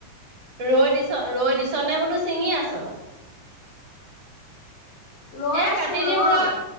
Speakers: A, on the right; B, on the left.
A: ৰৈ দিছ ৰৈ দিছনে বোলো ছিঙি আছ?
B: ৰৈ
A: এ
B: আছো
A: কাটি দিওঁ
B: ৰৈ।
A: ৰ।